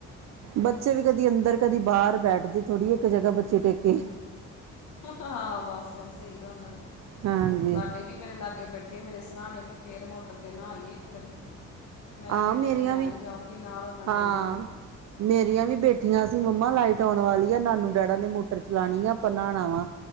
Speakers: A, on the right (about 60°); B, on the left (about 70°).
A: ਬੱਚੇ ਵੀ ਕਦੀ ਅੰਦਰ ਕਦੀ ਬਾਰ ਬੈਠਦੇ ਥੋੜੀ ਇੱਕ ਜਗ੍ਹਾ ਬੱਚੇ ਟਿਕ ਕੇ।
B: ਹਾਂ ਬਸ-ਬਸ ਸਹੀ ਗੱਲ ਆ
A: ਹਾਂਜੀ
B: ਸਾਡੇ ਵੀ ਮੇਰੇ ਲਾਗੇ ਬੈਠੇ ਮੇਰੇ ਸਰਾਣੇ ਵੀ ਫਿਰ ਮੋਟਰ ਤੇ ਨਾਹ ਆਈਏ ਇੱਕ ਵਾਰੀ ਮੈਂ
A: ਹਾਂ
B: ਕਿਆਚ ਜਿੰਨਾ
A: ਮੇਰੀਆਂ
B: ਚਿਰ ਮੈਂ
A: ਵੀ
B: ਨੀ ਜਾਊਂਗੀ ਨਾਲ
A: ਹਾਂ
B: ਟਾਈਮ ਨਹੀਂ ਜਾਣਾ
A: ਮੇਰੀਆਂ ਵੀ ਬੈਠੀਆਂ ਸੀ। ਮੰਮਾ ਲਾਈਟ ਆਉਣ ਵਾਲੀ ਆ ਨਾਨੂ ਡੈਡਾ ਨੇ ਮੋਟ ਪ੍ਰਚਲਾਣੀਆਂ ਨਾਣਾ ਵਾਂ